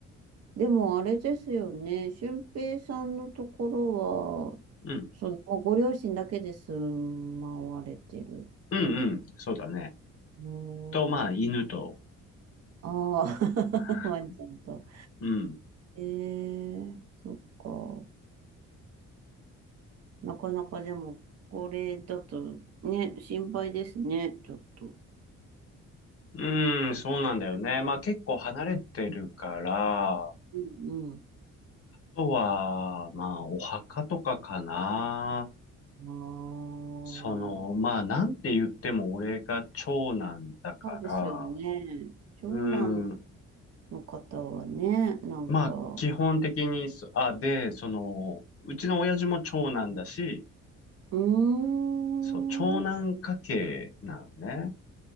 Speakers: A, on the right; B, on the left.
A: でもあれですよね。俊平さんのところは、
B: うん。
A: その、ご両親だけで住まわれてる。
B: うん、うん。そうだね。
A: お
B: と、まあ、犬と。
A: ーああ、
B: <laughs>
A: <laughs> ワンちゃんと。
B: うん。
A: ええ、そっか。なかなかでも、これだとね、心配ですね、ちょっと。
B: うん、そうなんだよね。まあ結構離れてるから、あ
A: うん、
B: とは、まあお墓とかかな。
A: うん。
B: その、
A: ああ、
B: まあなんて言っても俺が長男だから、
A: そうですよね。長男
B: うん。
A: の方はね、なんか、
B: まあ、基本的にそ、あ、で、その、うちの親父も長男だし、
A: うーん。
B: そう、長男家系なのね。